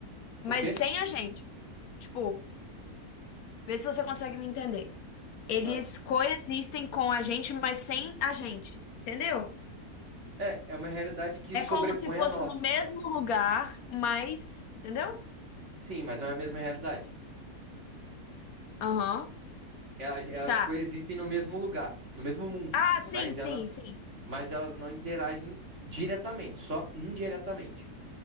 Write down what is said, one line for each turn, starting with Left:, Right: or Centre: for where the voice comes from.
Left: mas
Right: O quê?
Left: sem a gente. Tipo, vê se você consegue me entender. Eles
Right: Ah.
Left: coexistem com a gente, mas sem a gente, entendeu?
Right: É, é uma realidade que
Left: É
Right: sobrepõe
Left: como se fosse
Right: a nossa.
Left: no mesmo lugar, mas, entendeu?
Right: Sim, mas não é a mesma realidade.
Left: Aham.
Right: elas, elas
Left: Tá.
Right: coexistem no mesmo lugar, no mesmo mundo,
Left: Ah, sim,
Right: mas
Left: sim,
Right: elas,
Left: sim.
Right: mas elas não interagem diretamente, só indiretamente.